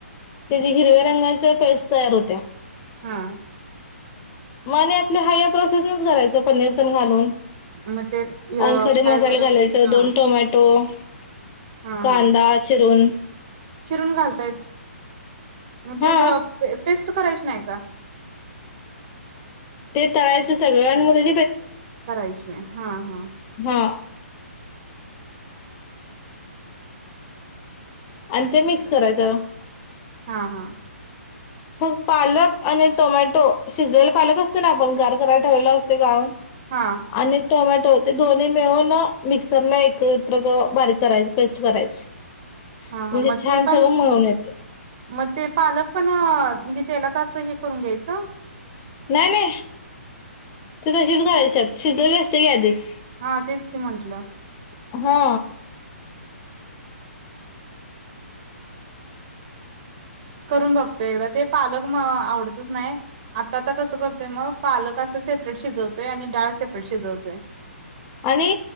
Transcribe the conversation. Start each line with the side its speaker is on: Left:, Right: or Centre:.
Left: त्याथ हिरव्या रंगाच्या पेस्ट तयार होत्या
Right: हा
Left: मग आणि आपल्या हा या प्रोसेस नच करायचं पनीर पण घालून <unintelligible>
Right: मग ते अ
Left: आणि खडे
Right: काय
Left: मसाला
Right: बरं
Left: घालायच
Right: हा
Left: दोन टोमॅटो <unintelligible>
Right: हा
Left: कांदा
Right: हा
Left: चिरून
Right: चिरून घालतायत मग ते
Left: हा
Right: पेस्ट करायची नाही का <unintelligible>
Left: ते ताळायचं सगळं आणि मग त्या
Right: करायची हा हा
Left: हा आणि ते मिक्स करायचं
Right: हा हा
Left: होग पालक आणि टोमॅटो शिजलेला पालक असतो ना आपण गार करायला ठेवालेला असतो <unintelligible> अस गाऊून
Right: हा
Left: आणि टोमॅटो ते दोन्ही मिळून मिक्सरला एकत्र बारीक करायची पेस्ट करायची <unintelligible>
Right: हा हा
Left: म्हणजे
Right: मग
Left: छान
Right: ते पण
Left: सगळं मिळून येते
Right: मग ते पालक पण म्हणजे त्याला त असं हे करून घ्यायचं <unintelligible>
Left: नाही नाही ते तशीच घालायच्यात शिजवली असते की आधीच
Right: हा तेच की म्हंटलं
Left: <unintelligible> हा
Right: करून बघतो एकदा ते पालक म आवडतच नाही <unintelligible> आता आता कसं करतोय मग पालक असं सेपरेट शिजवतोय आणि डाळ सेपरेट शिजवतोय. <unintelligible> <unintelligible>
Left: आणि.